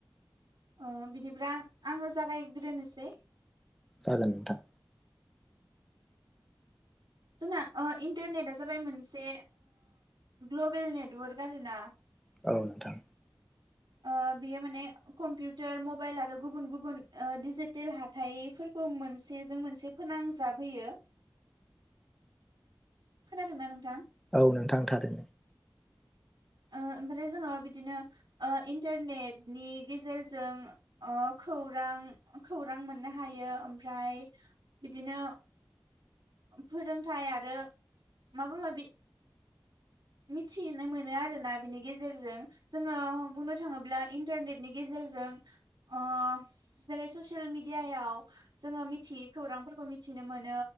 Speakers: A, on the right (about 75°); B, in the centre.
A: ओ बिदिब्ला आङो जागायग्रोनोसै
B: जागोन नोंथां।
A: जोंना इन्टारनेटआ जाबाय मोनसे ग्लबेल नेटवर्क आरोना।
B: औ नोंथां।
A: औ ओ बेयो माने कम्पिउटार मबाइल आरो गुबुन गुबुन डिजिटेल हाथाइफोरखौ मोन। मोन मोन फोनांजाब होयो खोनादोंना नोंथां।
B: औ नोंथां थारै।
A: ओमफ्राय जोङो बिदिनो इन्टारनेटनि गेजेरजों खौरां खौरां मोननो हायो ओमफ्राय बिदिनो फोरोंथायाइ आरो माबा माबि मिथिनो मोनो आरोना बिनि गेजेरजों जोङो बुंनो थाङोब्ला इन्टारनेटनि गेजेरजों जों ओ जेरै ससियेल मिडियाव जोङो मिथियै खौरांफोरखौ मि नो मोनो